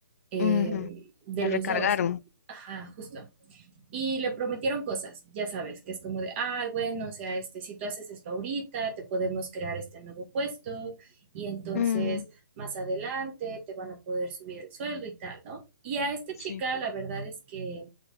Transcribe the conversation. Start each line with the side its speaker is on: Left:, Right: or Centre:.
Right: eh,
Left: ujú.
Right: de
Left: La
Right: los
Left: recargaron.
Right: dos, ¿no? Ajá, justo. Y le prometieron cosas, ya sabes, que es como de, ay, bueno, o sea, este, si tú haces esto ahorita, te podemos crear este nuevo puesto y entonces
Left: Ujú,
Right: más adelante te van a poder subir el sueldo y tal, ¿no? Y a esta
Left: sí.
Right: chica la verdad es que